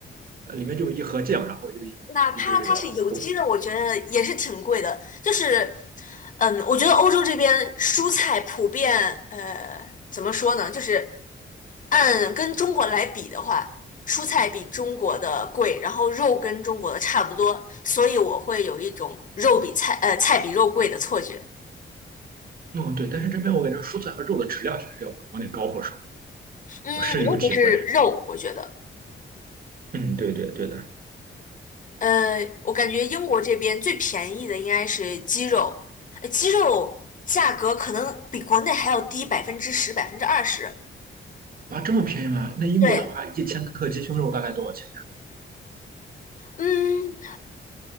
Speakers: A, on the right; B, on the left.
A: 里面就一盒酱，然后就一一堆这个物。
B: 哪怕它是有机的，我觉得也是挺贵的。就是，嗯，我觉得欧洲这边蔬菜普遍，呃，怎么说呢？就是按跟中国来比的话，蔬菜比中国的贵，然后肉跟中国的差不多，所以我会有一种肉比菜，呃，菜比肉贵的错觉。
A: 嗯，对，但是这边我感觉蔬菜和肉的质量确实要比国内高不少，
B: 嗯，
A: 我深有体会。
B: 尤其是肉，我觉得。
A: 嗯，对对对的。
B: 呃，我感觉英国这边最便宜的应该是鸡肉，呃鸡肉价格可能比国内还要低百分之十、百分之二十。
A: 哇，这么便宜吗？那英国的话，
B: 对，
A: 一千克鸡胸肉大概多少钱？
B: 嗯